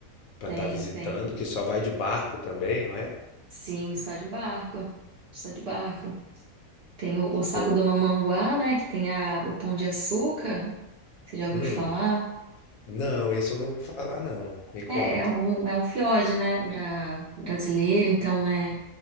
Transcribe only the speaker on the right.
Tem,
tem
Sim, só de barco. Só de barco. Tem o, o saco
do Mamanguá, né? Que tem a, o Pão de Açúcar. Você já ouviu
falar?
É, é um, é um fiord, né? Pra, brasileiro, então é,